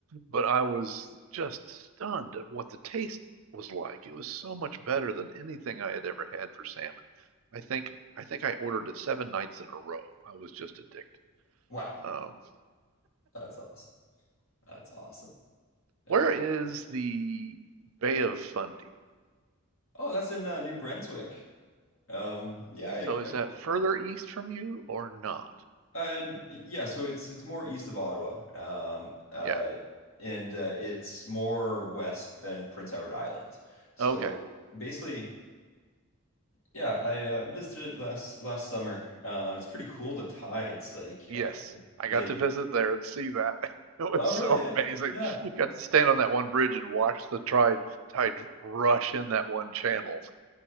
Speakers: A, on the right; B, on the left.
A: but I was just stunned at what the taste was like. It was so much better than anything I had ever had for salmon. I think I think I ordered it seven nights in a row. I was just addicted.
B: Wow,
A: Um,
B: that's awesome. That's awesome. Yeah.
A: where is the Bay of Fundy?
B: Oh, that's in uh, New Brunswick. Um, yeah,
A: So is
B: I,
A: that further east from you or not?
B: And yeah, so it's it's more east of Ottawa, um, uh,
A: Yeah.
B: and uh, it's more west than Prince Edward Island. So
A: Okay.
B: basically, yeah, I uh, visited last last summer. Uh, it's pretty cool. The tides, like
A: Yes.
B: uh,
A: I
B: they.
A: got to visit there and see that. <laughs> It was
B: Oh,
A: so
B: really? Yeah,
A: amazing.
B: yeah,
A: Got to stand on that one bridge and watch the tide tide rush in that one channel.